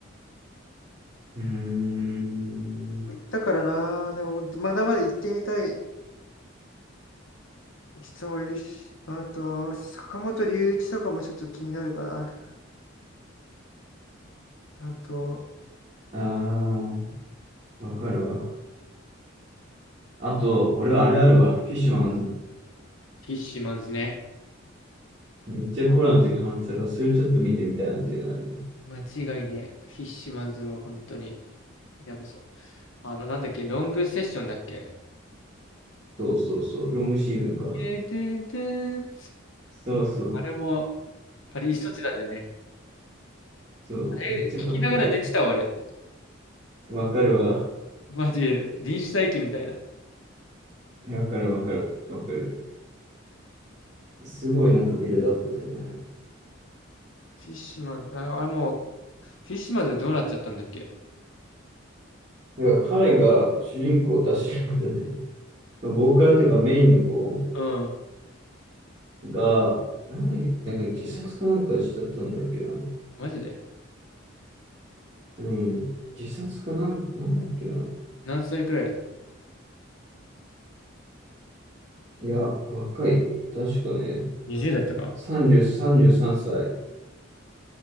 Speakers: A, on the right; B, on the left.
A: ーん。
B: だからな、でも、まだまだ行ってみたい。人はいるし、あと、坂本龍一とかもちょっと気になるかな。あと、
A: あー、わかるわ。あと、俺はあれあるわ。フィッシュマンズ。
B: フィッシュマンズね。
A: めっちゃコロナの時ハマってたから、それちょっと見てみたいなっていうのあるね。
B: 間違いねえ。フィッシュマンズは本当に、やばそう。あの、なんだっけ、ロングセッションだっけ。
A: そうそうそう。ロングシーズンか。
B: てんてんてん
A: そうそう。
B: あれも、あれ一つなんだよね。
A: そう、
B: あれ、
A: めっちゃかっこいい。
B: 聞きながら寝てたわ俺。
A: わかるわ。
B: マジで、臨死体験みたいな。
A: いやわかるわかるわかる。すごいなんかビルドアップだよね、あ
B: フィッシュマン、あ、あれもう、フィッシュマンズどうなっちゃったんだっけ。
A: れ。だから彼が主人公、あ、主人公じゃない。ボーカルっていうかメインの子
B: うん。
A: が、なんだっけ、自殺かなんかしちゃったんだっけな。
B: マジで。
A: うん。自殺かなん、なんだっけな。
B: 何歳くらいだ
A: いや、若いよ。確かね、
B: ?20 代とか。
A: 30、33歳。